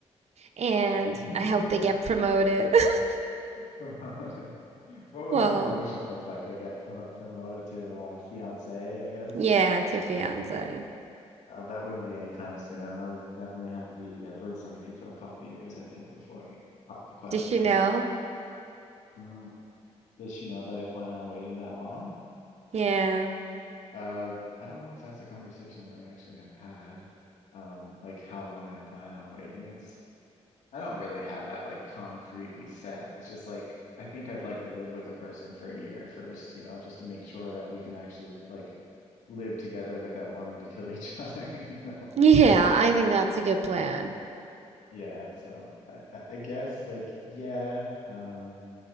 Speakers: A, on the right; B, on the left.
A: And
B: <laughs>
A: I hope they get promoted. <laughs>
B: promote what would
A: Well,
B: the promotion look like I get promo promoted to uh fiance I guess
A: yeah, to fiance.
B: oh, that wouldn't be anytime soon I would definitely have to be together with somebody for a couple years I think before I pop the question
A: Does she know?
B: Hmm. Does she know that I plan on waiting that long?
A: Yeah.
B: Uh, I don't know if that's a conversation that we actually have had. Um, like how long I plan on waiting. It's I don't really have that like concretely said. It's just like I think I'd like to live with the person for a year first, you know, just to make sure that we can actually like live together without wanting to kill each <laughs> other, you know.
A: Yeah, I think
B: So
A: that's a good plan.
B: yeah, so I, I I guess like yeah, um